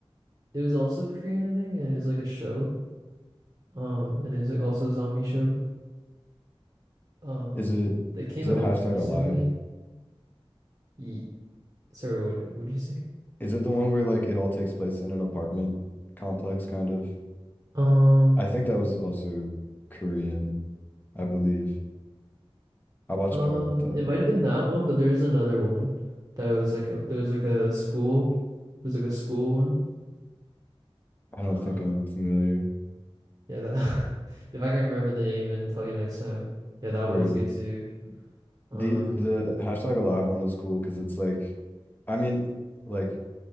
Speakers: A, on the right; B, on the left.
A: it was also Korean, I think, and it was like a show. Um, and it was like also a zombie show. Um,
B: Is it
A: that came
B: is it
A: out
B: hashtag
A: like recently.
B: alive?
A: Ye- Sorry, what what did you say?
B: Is it the one where like it all takes place in an apartment complex kind of?
A: Um,
B: I think that was also Korean, I believe. I watched
A: um,
B: part of that.
A: it might have been that one, but there's another one that was like a there's like a school, there's like a school one.
B: I
A: Uh,
B: don't think I'm familiar.
A: yeah, that <laughs> if I can remember the name and tell you next time. Yeah, that
B: Where
A: one was good too. Um,
B: the the hashtag alive one is cool because it's like I mean, like